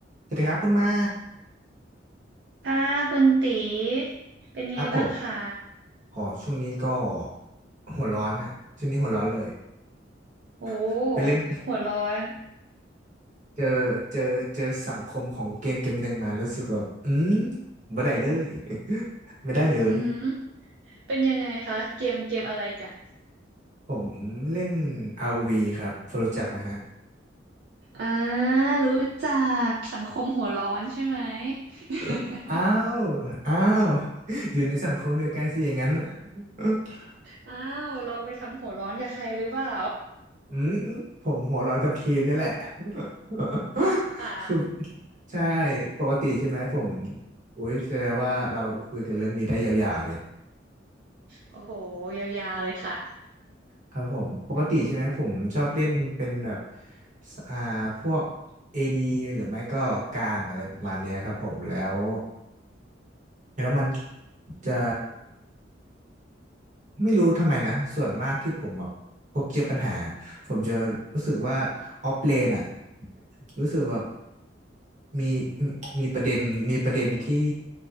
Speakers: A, on the right; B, on the right.
A: สวัสดีครับคุณไม้
B: ค่ะคุณตีเป็นไงบ้างคะ
A: ครับผมอ๋อช่วงนี้ก็หัวร้อนฮะช่วงนี้หัวร้อนเลย
B: โอ้
A: <laughs> ไปเล่น
B: หัวร้อน
A: เจอเจอเจอสังคมของเกมเกมหนึ่งมารู้สึกแบบอืมไม่ได้เลย <laughs> ไม่ได้เลย
B: อืมเป็นยังไงคะเกมเกมอะไรกัน
A: ผมเล่น ROV ครับพอรู้จักไหมฮะ
B: อ่ารู้จักสังคมหัวร้อนใช่ไหม <laughs>
A: <laughs> อ้าวอ้าวอยู่ในสังคมเดียวกันสิอย่างนั้น <laughs>
B: อ้าวเราไปทำหัวร้อนกับใครหรือเปล่า
A: อืมผมหัวร้อนกับทีมนี่แหละ <laughs>
B: อ่า
A: คือใช่ปกติใช่ไหมผมอุ้ยแสดงว่าเราคุยกันเรื่องนี้ได้ยาวๆเลย
B: โอ้โหยาวๆเลยค่ะ
A: ครับผมปกติใช่ไหมผมชอบเล่นเป็นแบบสอ่าพวก AD หรือไม่ก็กลางอะไรประมาณเนี้ยครับผมแล้วแล้วมันจะ ไม่รู้ทำไมนะส่วนมากที่ผมแบบพบเจอปัญหาผมจะรู้สึกว่าออฟเลนอะรู้สึกแบบมีมีมีประเด็นมีประเด็นที่